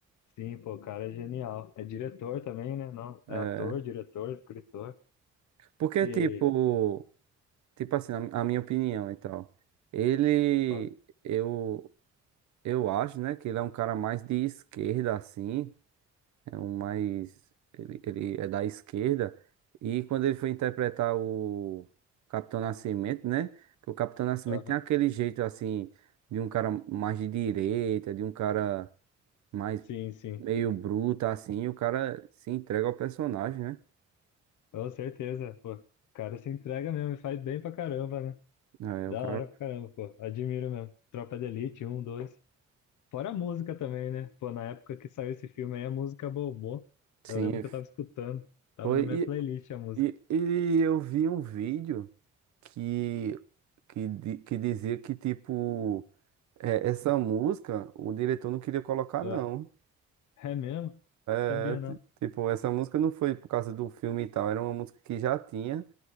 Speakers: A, on the left; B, on the right.
A: Sim, pô, o cara é genial. É diretor também, né? Não,
B: É,
A: é ator, diretor, escritor.
B: porque,
A: E
B: tipo, tipo assim, a a minha opinião e tal. Ele,
A: Foda.
B: eu, eu acho, né, que ele é um cara mais de esquerda, assim. É um mais. Ele, ele é da esquerda. E quando ele foi interpretar o Capitão Nascimento, né? Que o Capitão Nascimento
A: Aham.
B: tem aquele jeito assim, de um cara mais de direita, de um cara mais
A: Sim, sim.
B: meio bruto, assim. E o cara se entrega ao personagem, né?
A: Com certeza, pô. O cara se entrega mesmo e faz bem pra caramba, né?
B: É,
A: Da
B: o cara.
A: hora pra caramba, pô. Admiro mesmo. Tropa de Elite, um, dois. Fora a música também, né? Pô, na época que saiu esse filme aí, a música bombou.
B: Sim,
A: Eu lembro que eu tava escutando. Tava
B: foi.
A: na minha
B: E,
A: playlist a música.
B: e, e eu vi um vídeo que, que, di- que dizia que, tipo, é, essa música o diretor não queria colocar,
A: Ah,
B: não.
A: é mesmo? Não sabia,
B: É, ti-
A: não.
B: Tipo, essa música não foi por causa do filme e tal, era uma música que já tinha,